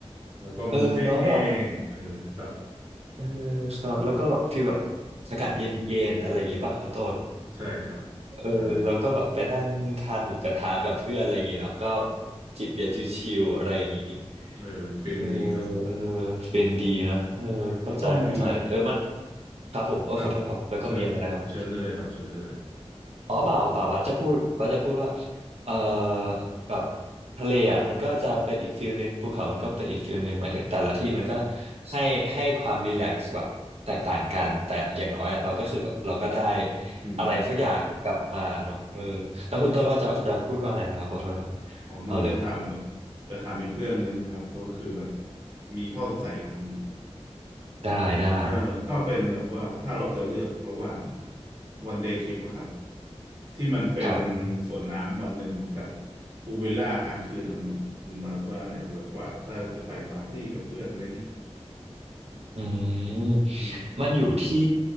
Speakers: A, on the right; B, on the right.
A: แล้วก็มันดูแห้งๆเออครับ
B: เออเนาะแบบเออครับแล้วก็แบบฟีลแบบอากาศเย็นๆอะไรอย่างงี้ป่ะคุณต้น
A: ใช่ครับ
B: เออแล้วก็แบบไปนั่งทานหมูกระทะกับเพื่อนอะไรอย่างงี้เนาะก็
A: ใช่
B: จิบเบียร์ชิวๆอะไรอย่างงี้
A: เออมันฟินดีครับ
B: เออเออเป็นดีนะเออเข้าใจเข้าใจเออมัน
A: แล้วก็มี
B: ครับผมเออขอโทษครับแล้วก็มีอะไรนะครับ
A: ครับเชิญเชิญได้เลยครับเชิญได้เลย
B: อ๋อเปล่าเปล่าบัสจะพูดบัสจะพูดว่า
A: เชิญได้เลยครับ
B: เออแบบทะเลอ่ะมันก็จะเป็นอีกฟิลหนึ่งภูเขามันก็เป็นอีกฟิลหนึ่งหมายถึงแต่ละที่มันก็ให้ให้ความรีแลกซ์แบบแตกต่างกันแต่อย่างน้อยอ่ะเราก็คือแบบเราก็ได้
A: อืม
B: อะไรสักอย่างกลับมาเนาะเออแล้วคุณต้นว่าจะจะพูดว่าอะไรนะครับขอโทษครับ
A: อ๋อนนจะถามแบบ
B: เอาเลย
A: จะถามอีกเรื่องหนึ่งครับก็คือแบบมีข้อสงสัยอีกอันหนึ่ง
B: ได้ได้
A: เออก็เป็นแบบว่าถ้าเราจะเลือกระหว่างวันเดย์ทริปอะครับที่มันเป็น
B: ครับ
A: สวนน้ำวันหนึ่งกับพูลวิลล่าค้างคืนอันหนึ่งคุณบัดว่าอันไหนเวิร์กกว่าถ้าจะไปปาร์ตี้กับเพื่อนอะไรเงี้ย
B: อืม
A: อืม
B: มันอยู่ที่